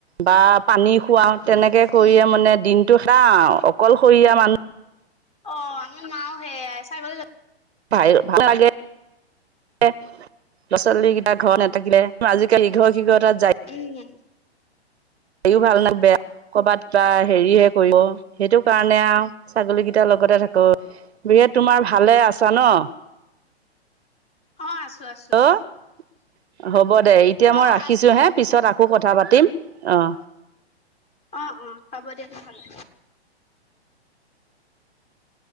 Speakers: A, on the right (about 70°); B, on the left (about 20°).
A: বা পানী খুৱওঁ। তেনেকে কৰিয়ে
B: উম,
A: মানে দিনটো খেডাও আৰু, অকলশৰীয়া মানুহ।
B: অ', আমাৰ মাও সেয়াই, ছাগলী
A: <unintelligible> ভাল লাগে, ল'ৰা-ছোৱালী কেইটা ঘৰত নেথাকিলে। আজিকালি ইঘৰ সিঘৰ তাত যাই।
B: উম।
A: বাকীও ভাল নে বেয়া, কৰবাত বা হেৰি হে কৰিব, সেইটো কাৰণে আৰু, ছাগলী কেইটাৰ লগতে থাকোঁ, বিয়ে তোমৰ ভালে আছা ন'?
B: অ', আছোঁ, আছোঁ।
A: অ', হ'ব দে, এতিয়া মই
B: অ',
A: ৰাখিছোঁ
B: আছো
A: হে, পিছত আকৌ কথা পাতিম, অ'।
B: অ', অ', হ'ব দিয়া নহলে।